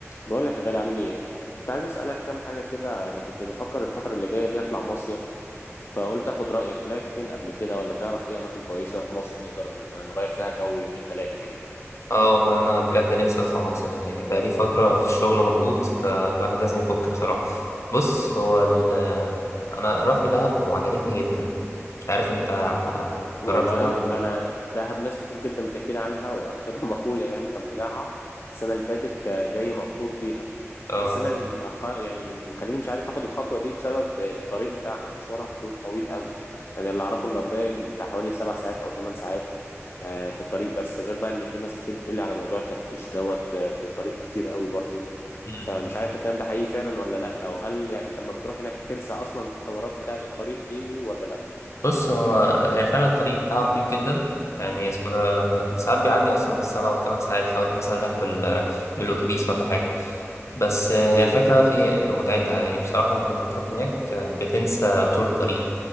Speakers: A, on the left; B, on the left.
A: بقول لك يا غالي عامل ايه كنت عايز اسالك كام حاجه كده انا كنت بفكر الفتره اللي جايه دي اطلع مصيف فقلت اخد رايك طلعت فين قبل كده ولا تعرف ايه اماكن كويسه في مصر نقدر نغير فيها جو يومين ثلاثه كده
B: اه والله انا بجد نفسي اطلع مصيف يعني بقالي فتره في الشغل مضغوط فالواحد لازم يفك بصراحه بص هو ال انا رحت دهب وعجبتني جدا مش عارف انت ح-
A: والله
B: جربت دهب
A: انا دهب ناس كتير جدا بتحكي لي عنها واخرهم <laughs> اخويا يعني كان طلعها السنه اللي فاتت آه، جاي مبهور بيها
B: اه
A: بس انا اللي مأخ... يعني اللي مخليني مش عارف اخد الخطوه دي بسبب الطريق بتاعها مشوارها طو- طويل قوي يعني اللي اعرفه انه مبين بتاع حوالي سبع ساعات او ثمان ساعات آه، في الطريق بس غير بقى ان في ناس كتير بتقولي على موضوع التفتيش دوت آه، في الطريق كتير قوي برضو
B: مم.
A: فمش عارف ده الكلام ده حقيقي فعلا ولا لا او هل يعني انت لما بتروح هناك تنسى اصلا الحوارات بتاعه الطريق دي ولا
B: بص هو هي فعلا الطريق بتاعها طويل جدا يعني اسمه ده ساعات بيعدي اصلا السبع والثمان ساعات لو انت مثلا رايح بال... بالاتوبيس ولا حاجه بس آه،
A: لا
B: هي الفكره في ايه متعتها يعني بصراحه انت لما بتروح هناك آه، بتنسى طول الطريق